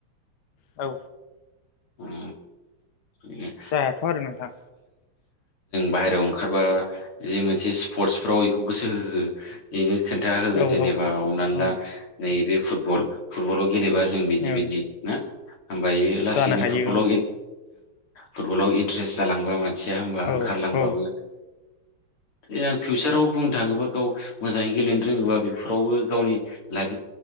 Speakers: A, on the left (about 55°); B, on the left (about 90°).
A: औ
B: उम <unintelligible> जों
A: जायाथ' आरो नोंथां
B: बाहेरायाव ओंखारबा बे मोनसे स्पर्टसफ्राव बेखौ गोसो होहो बेनो खोन्थाहो
A: औ
B: जेनेबा
A: औ
B: हमनानै
A: औ
B: ला नैबे फुटबल फुटबलाव गेले बा जों बिदि
A: औ
B: बिदि ना होमबा इयो लासैनो
A: जानो हायो
B: फुटबलाव
A: औ
B: फुटबलाव इनट्रेस जालांबा माने मिथिया होमबा
A: औ
B: ओंखारलांबाबो
A: औ
B: ए फिउचाराव बुंनो थाङोबा गाव मोजाङै गेलेनो रोङोबा बेफोरावबो गावनि लाइफ